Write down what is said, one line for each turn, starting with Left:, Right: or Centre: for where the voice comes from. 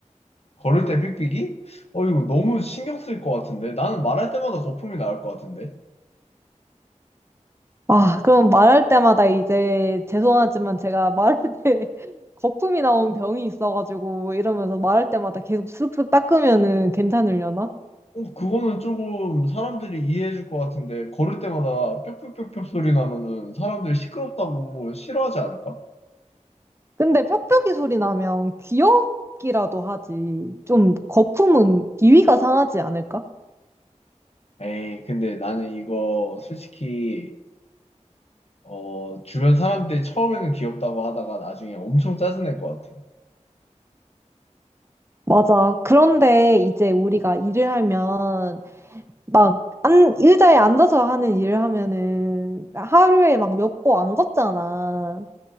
Left: 걸을 때 삑삑이? 어, 이거 너무 신경 쓸 것 같은데? 나는 말할 때마다 거품이 나올 것 같은데?
Right: 아, 그럼 말할 때마다 이제 죄송하지만 제가 말할 때 <laughs> 거품이 나온 병이 있어가지고 이러면서 말할 때마다 계속 쓱쓱 닦으면은 괜찮으려나?
Left: 어, 그거는 조금 사람들이 이해해 줄 것 같은데, 걸을 때마다 뿅뿅뿅뿅 소리 나면은 사람들이 시끄럽다고 싫어하지 않을까?
Right: 근데 뿅뿅이 소리 나면 귀엽기라도 하지. 좀 거품은 비위가 상하지 않을까?
Left: 에이, 근데 나는 이거 솔직히, 어, 주변 사람들이 처음에는 귀엽다고 하다가 나중에 엄청 짜증낼 것 같아.
Right: 맞아. 그런데 이제 우리가 일을 하면 막 안, 의자에 앉아서 하는 일을 하면은 하루에 막 몇 보 안 걷잖아.